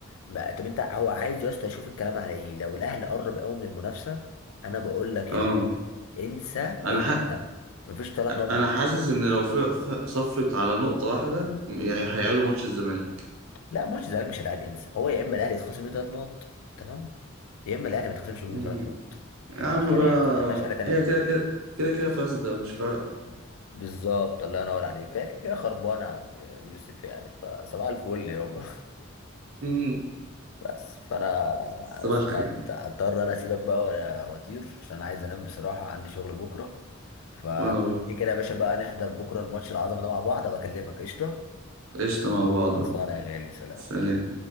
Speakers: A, on the left; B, on the right.
A: ما طب انت هو عايز يا اسطى يشوف الكلام على ايه لو الاهلي قرب قوي من المنافسه انا بقول لك يا
B: اه
A: اسطى انسى انسى
B: انا ح...
A: مفيش ثلاث نقط
B: انا حاسس ان لو ف... ف... صفت على نقطة واحدة م- يعني هيعيدوا ماتش الزمالك
A: لا ماتش الزمالك مش هيتعاد انسى هو يا اما الاهلي يتخصم منه ثلاث نقط تمام يا اما الاهلي ما يتخصمش منه
B: امم
A: ثلاث نقط
B: يا
A: ما فيهاش
B: عم
A: هنا
B: بقى
A: يعني ما عندناش حاجه تانيه
B: هي
A: غير
B: كده
A: كده.
B: كده كده كده فاسدة مش فارقة
A: بالظبط الله ينور عليك فاكر يا خربانه يا عم يوسف يعني فصباح الفل يابا
B: مم.
A: بس فانا
B: صباح
A: بس
B: الخير
A: ما اضطر انا اسيبك بقى وانا واطير عشان انا عايز انام بصراحه عندي شغل بكره فلما
B: وانا برضه
A: تيجي كده يا باشا بقى نحضر بكره الماتش العظمه ده مع بعض ابقى اكلمك قشطه
B: قشطة مع بعض
A: خلصانه
B: بقى
A: يا غالي سلام
B: سلام